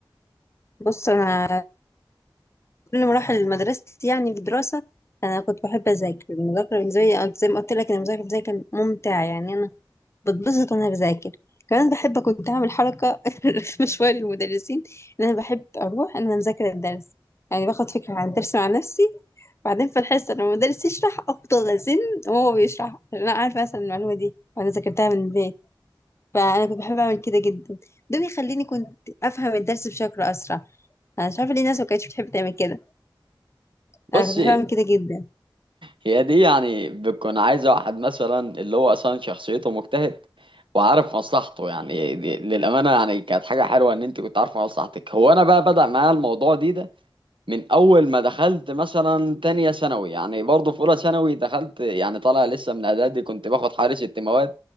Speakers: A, on the left; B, on the right.
A: بص أنا كل مراحل مدرستي يعني في الدراسة أنا كنت بحب أذاكر المذاكرة بالنسبة لي أنا زي ما قلت لك إن المذاكرة بالنسبة لي كانت ممتعة يعني أنا بتبسط وانا بذاكر كمان بحب كنت اعمل حركه <laughs> رخمه شويه للمدرسين ان انا بحب اروح ان انا مذاكره الدرس يعني باخد فكره عن الدرس مع نفسي بعدين في الحصه لما المدرس يشرح افضل ازن وهو بيشرح عشان انا عارفه مثلا المعلومه دي وانا ذاكرتها من البيت فانا كنت بحب اعمل كده جدا ده بيخليني كنت افهم الدرس بشكل اسرع انا مش عارفه ليه الناس ما كانتش بتحب تعمل كده
B: بص
A: انا كنت بحب اعمل كده جدا
B: هي دي يعني بتكون عايزة واحد مثلا اللي هو أصلا شخصيته مجتهد وعارف مصلحته يعني دي للأمانة يعني كانت حاجة حلوة إن أنت كنت عارفة مصلحتك هو أنا بقى بدأ معايا الموضوع دي ده من اول ما دخلت مثلا تانية ثانوي يعني برضه في اولى ثانوي دخلت يعني طالع لسه من اعدادي كنت باخد حوالي ست مواد